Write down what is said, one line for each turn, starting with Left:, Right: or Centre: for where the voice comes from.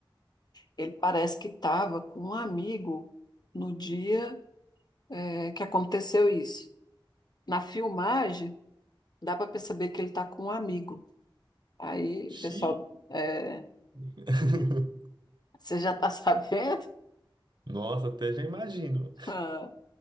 Left: ele parece que estava com um amigo no dia, eh, que aconteceu isso. Na filmagem, dá para perceber que ele está com um amigo. Aí, pessoal,
Right: Xiii.
Left: eh,
Right: <laughs>
Left: você já está <laughs> sabendo?
Right: Nossa, até já imagino.
Left: <laughs>